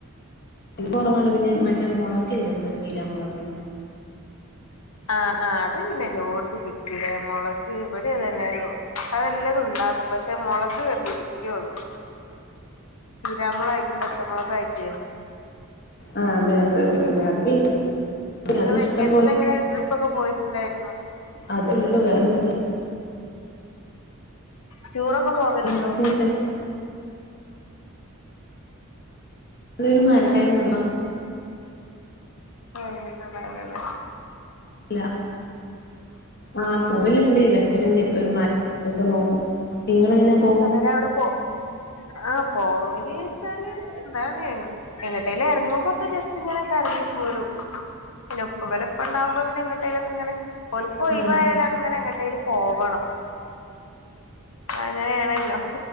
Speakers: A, on the left (about 45°); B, on the left (about 85°).
A: കുറവാണ് പിന്നെ മറ്റേ മുളക്ല്ലേ നമ്മളെ ചീരാമുളക്
B: ആഹ് ആ് അത് പിന്നെല്ലോ ഓടുത്ത് പിടിക്കൂലേ മുളക് എവിടെ അത് തന്നെയ അതെല്ലാതും ഉണ്ടാക്കും പക്ഷെ മുളക് പിരിക്കള്ളു ചീരാമുളകായിട്ടും പച്ചമുളൊക്കെ ആയിട്ടേ
A: ആ അതെ അതെ അത്
B: നി
A: അത്
B: വെക്കേഷൽ
A: ഇഷ്ടം
B: എങ്ങനെ ട്രിപ്പ ഒക്കെ പോയിട്ടുണ്ടായിുന്നോ?
A: അതേള്ളൂ വേറെല്ലേ
B: ടൂറൊക്കെ പോവലുണ്ടോ?
A: വെക്കേഷൻ അതൊരു മരണരുന്നു
B: ആട്ട് പറയല്ലേ
A: ഇല്ല ആഹ് പൂലുണ്ട് വെക്കലണ്ട് ഒരു ഒക്കെ നോക്കും നിങ്ങങ്ങനെ
B: സമരെ അവിടെ പോ ആഹ പോ ച്ചാല് എന്താണ് എങ്ങട്ടേല ഇറങ്ങുമ്പോൊക്കെ ജസ്റ്റ് ഇങ്ങനൊക്കെ ഇറങ്ങി പോരും പിന്നെപ്പ വലപ്പ ഉണ്ടാവുമ്പോ പിന്നെങ്ങട്ടേയിലൊക്കെ ഇങ്ങനെ ഒലിപ്പ് ഒയവായാല
A: ആ
B: അങ്ങനെ എങ്ങട്ടൽ പോവണം <unintelligible> അങ്ങനെയാണല്ലോ